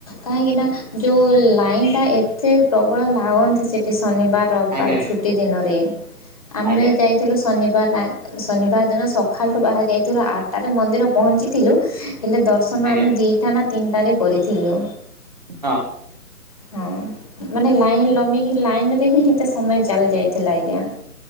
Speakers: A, on the left; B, on the right.
A: କାହିଁକିନା ଯୋଉ-ଉ-ଉ ଲାଇନ ଟା ଏତେ ପ୍ରବଳ ଲାଗନ୍ତି ସେଠି। ଶନିବାର ରବିବାର
B: ଆଜ୍ଞା ଆଜ୍ଞା
A: ଛୁଟି ଦିନରେ ଆମେ।
B: ଆଜ୍ଞା
A: ଯାଇଥିଲୁ ଶନିବାର ଆଁ ଶନିବାର ଦିନ ସକାଳ ଠୁ ବାହାରି ଯାଇଥିଲୁ ଆଠଟାରେ ମନ୍ଦିର ପହଞ୍ଚିଥିଲୁ। ହେଲେ ଦର୍ଶନ
B: ଆଜ୍ଞା
A: ଆମେ ଦିଟା ନା ତିନିଟାରେ କରିଥିଲୁ।
B: ହଁ।
A: ହଁ। ମାନେ ଲାଇନ୍ ଲମ୍ବିକି ଲାଇନ ରେ ହିଁ ସେତେ ସମୟ ଚାଲି ଯାଇଥିଲା ଆଜ୍ଞା।